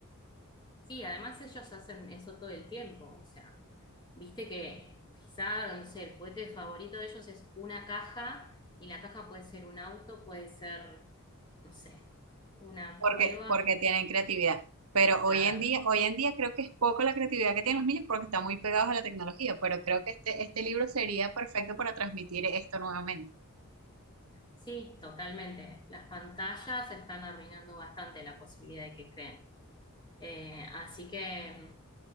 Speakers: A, on the left; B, on the right.
A: Sí, además ellos hacen eso todo el tiempo. O sea, viste que quizá, no sé, el juguete favorito de ellos es una caja y la caja puede ser un auto, puede ser, no sé, una
B: porque,
A: cueva.
B: porque
A: po-
B: tienen creatividad. Pero hoy
A: Claro.
B: en día, hoy en día creo que es poco la creatividad que tienen los niños porque están muy pegados a la tecnología, pero creo que este, este libro sería perfecto para transmitir esto nuevamente.
A: Sí, totalmente. Las pantallas están arruinando bastante la posibilidad de que creen. Eh, así que